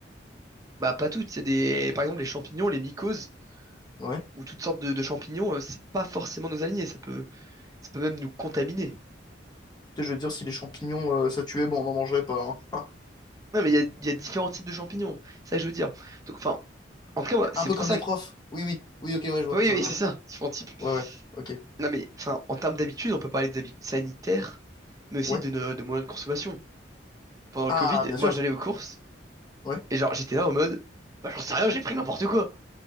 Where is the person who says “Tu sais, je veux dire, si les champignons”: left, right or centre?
Left